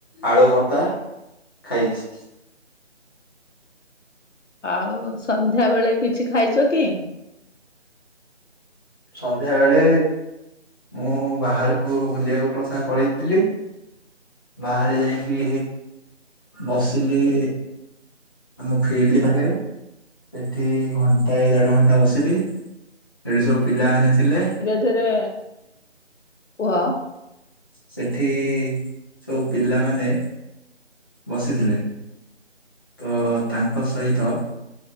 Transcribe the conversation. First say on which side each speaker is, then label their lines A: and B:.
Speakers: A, on the left (about 20°); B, on the left (about 80°).
A: ଆଳୁ ଭର୍ତ୍ତା ଖାଇଛି।
B: ଆଉ ସନ୍ଧ୍ୟା ବେଳେ କିଛି ଖାଇଛ କି?
A: ସନ୍ଧ୍ୟା ବେଳେ। ମୁଁ ବାହାରକୁ ବୁଲିବାକୁ ପ୍ରଥମେ ପଳେଇଥିଲି। ବାହାରେ ଯାଇକି ବସିଲି। ଆମ ଫିଲ୍ଡ ପାଖରେ ସେଠି ଘଣ୍ଟାଏ ଦେଢ ଘଣ୍ଟା ବସିଲି। ସେଠି ସବୁ ପିଲାମାନେ ଥିଲେ।
B: ସେରା କୁହ।
A: ସେଠି ସବୁ ପିଲାମାନେ। ବସିଥିଲେ। ତ ତାଙ୍କ ସହିତ।